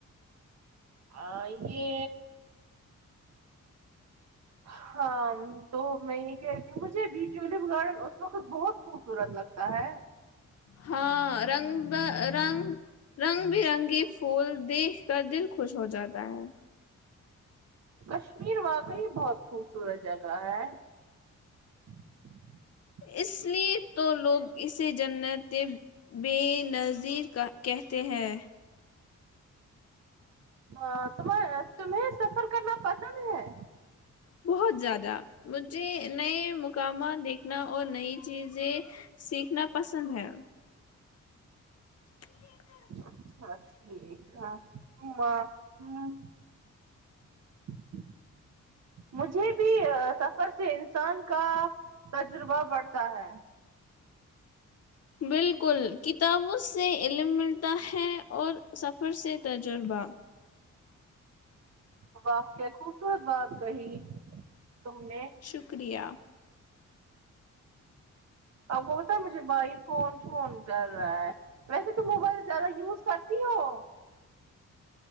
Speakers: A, on the right; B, on the left.
A: آ یہ ہ ہاں تو میں یہ کہہ رہیتی ہوں مجھے بھی ٹولپ گارڈن اس وقت بہت خوبصورت لگتا ہے
B: ہاں رنگ ب رنگ رنگ بی رنگی پھول دیکھ کر دل خوش ہو جاتا ہے
A: کشمیر واقعی بہت خوبصورت جگہ ہے <inaudible>
B: اس لیے تو لوگ اسے جنتے بے نظیر کا کہتے ہیں
A: ہاہ تم تمہیں سفر کرنا پسند ہے
B: بہت زیادہ مجھے نئے مقامات دیکھ نا اور نئی چیزیں سیکھنا پسند ہے <unintelligible>
A: اچھا ٹھیک ہے ما آمم <inaudible> مجھے بھی سفر سے انسان کا تجربہ بڑھتا ہے
B: بالکل کتابوں سے علم ملتا ہے اور سفر سے تجربہ
A: واو کیا خوبصورت بات کہی تم نے
B: شکریہ
A: آپ کو ہوتا ہے مجھے بھائی فون فون کر رہا ہے ویسے تم موبائل زیادہ یوز کرتی ہو